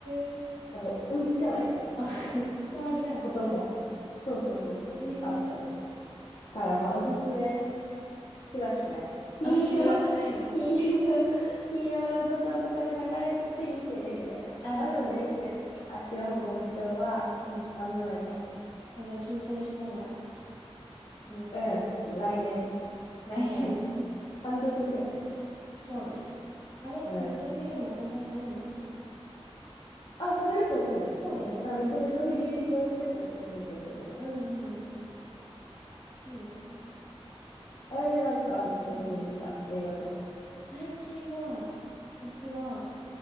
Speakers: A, on the left (about 80°); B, on the left (about 60°).
A: え。
B: なんか追いつかないみたいな
A: あ、<laughs> 収まりきらなかった。
B: ことも、そうそうそうそう、
A: へえ。
B: あったね。からまあ、おすすめし、しはしない。金曜、
A: あ、しはしないんだ。
B: <laughs> 金曜、金曜ロードショーとかで流れてて見てねぐらいかも。
A: ああ、
B: わざわざ映画館に足を運ぶ必要はあんまないかも。
A: そうね。うん。まあ、じゃあ筋トレしながら見ようかな。
B: うん、来年。
A: それこそ。来年ね。
B: うん、半年後ぐらいか。
A: そうね。あれ、
B: うん。
A: ネットフリでも公開されるんだっけな。
B: あ、されると思うよ。
A: そうだよね。
B: なんかめっちゃネトフリで押してたし、メタデコナ。
A: うんうんうん。そうだよね。
B: あやめなんかあんの最近見た映画とか。
A: うん最近は、私は